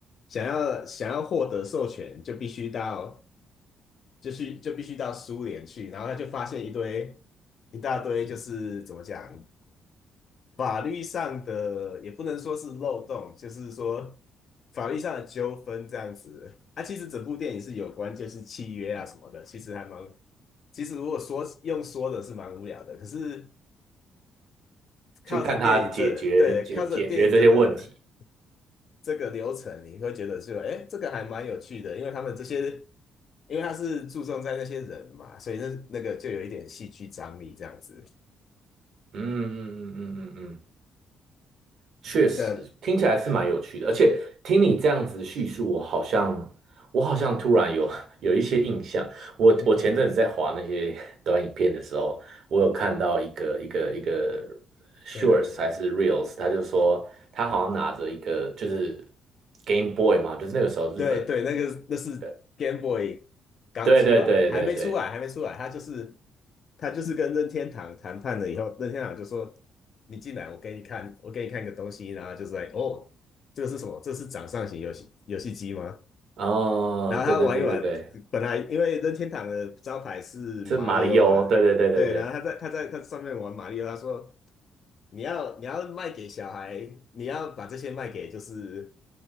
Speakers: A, on the left; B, on the right.
A: 想要想要获得授权，就必须到就去就必须到苏联去，然后他就发现一堆一大堆，就是怎么讲，法律上的也不能说是漏洞，就是说法律上的纠纷这样子。啊，其实整部电影是有关就是契约啊什么的，其实还蛮，其实如果说用说的是蛮无聊的，可是靠着电影这对靠着电影这个。
B: 去看他解决解解决这些问题。
A: 这个流程，你会觉得就哎，这个还蛮有趣的，因为他们这些，因为他是注重在那些人嘛，所以那那个就有一点戏剧张力这样子。
B: 嗯嗯嗯嗯嗯嗯，确实听起来是蛮有趣的，
A: 对，
B: 而且听你这样子叙述，我好像我好像突然有 <laughs> 有一些印象。我我前阵子在滑那些
A: 嗯嗯嗯，
B: <laughs> 短影片的时候，我有看到一个一个一个 shorts
A: 对对对
B: 还是 reels，他就说他好像拿着一个就是 Game Boy 嘛，就是那个时候日本
A: 对对，那个那是
B: 的，
A: Game Boy 刚出来，
B: 对对对对对，
A: 还没出来，还没出来，他就是他就是跟任天堂谈判了以后，任天堂就说你进来，我给你看，我给你看个东西，然后就说哦，这个是什么？这是掌上型游戏游戏机吗？
B: 哦，
A: 然后他玩一玩，
B: 对对对对对，
A: 本来因为任天堂的招牌是马里奥嘛，
B: 是马里欧，对对对对对，
A: 对，然后他在他在他上面玩马里奥，他说你要你要卖给小孩，你要把这些卖给就是